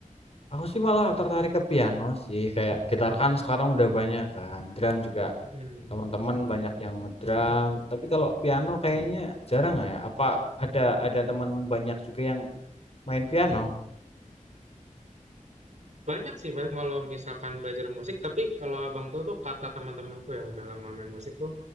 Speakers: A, on the left; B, on the right.
A: aku sih malah tertarik ke piano sih. Kayak gitar kan sekarang udah banyak kan. Drum juga
B: Mhm.
A: teman-teman banyak yang ngedrum. Tapi kalau piano kayaknya jarang ya. Apa ada ada temanmu banyak juga yang main piano?
B: Banyak sih Mas kalau misalkan belajar musik, tapi kalau Abang tuh tuh kata teman-temanku yang udah lama main musik tuh,